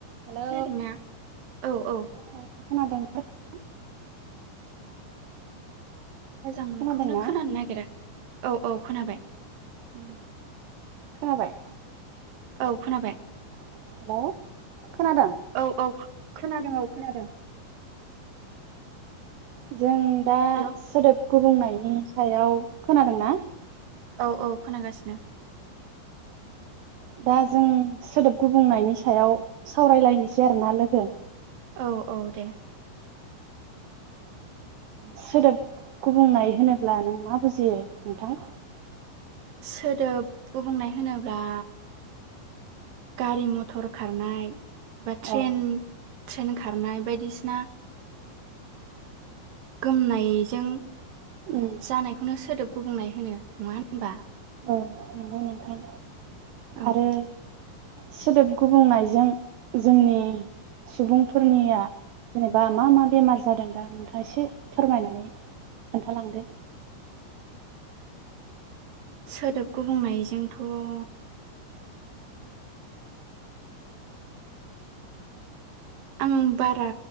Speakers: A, on the right; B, on the right.
A: Hello
B: खोनादोंना? औ औ
A: खोनादोंना <unintelligible>
B: मोजांखौनो
A: खोनादोंना
B: खोनानो नागिरा औ औ खोनाबाय।
A: उम खोनाबाय?
B: औ खोनाबाय
A: हेलौ खोनादों
B: औ औ खोनादों औ खोनादों
A: जों दा
B: हेल'
A: सोदोब गुबुंनायनि सायाव खोनादों ना?
B: औ औ खोनागासिनो
A: दा जों सोदोब गुबुंनायनि सायाव सावरायलायनोसै आरोना लोगो
B: औ औ दे
A: सोदोब गुबुंनाय होनोब्ला नों मा बुजियो नोंथां?
B: सोदोब गुबुंनाय होनोब्ला गारि मथर खारनाय एबा ट्रेन
A: औ
B: ट्रेन खारनाय बायदिसिना गोमनायजों
A: उम
B: जानायखौनो सोदोब गुबुंनाय होनो होनबा
A: औ नंगौ नोंथां
B: औ
A: आरो सोदोब गुबुंनायजों जोंनि सुबुंफोरनिया जेनेबा मा मा बेमार जादों दा नोंथाङा एसे फोरमायनानै खोन्थालांदो।
B: सोदोब गुबुंनायजोंथ' आं बारा